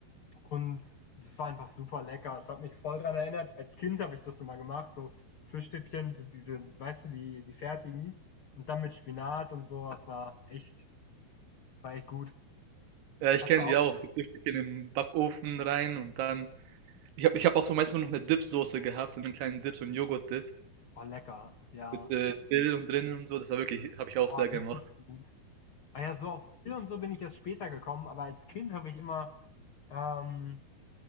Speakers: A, on the left; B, on the right.
A: und das war einfach super lecker. Es hat mich voll dran erinnert. Als Kind habe ich das immer gemacht, so Fischstäbchen, so diese, weißt du, die, die fertigen. Und dann mit Spinat und so, das war echt, das war echt gut.
B: Ja, ich
A: Hast
B: kenne
A: du auch?
B: die auch. Die Frühstück in den Backofen rein und dann. Ich habe ich hab auch so meistens noch eine Dipsoße gehabt und einen kleinen Dip, so einen Joghurt-Dip
A: Oh, lecker. Ja.
B: mit äh, Dill und drinnen und so. Das war wirklich, habe ich auch
A: Oh,
B: sehr
A: richtig
B: gemacht.
A: gut. Ah ja, so auf Dill und so bin ich erst später gekommen, aber als Kind habe ich immer. Ähm,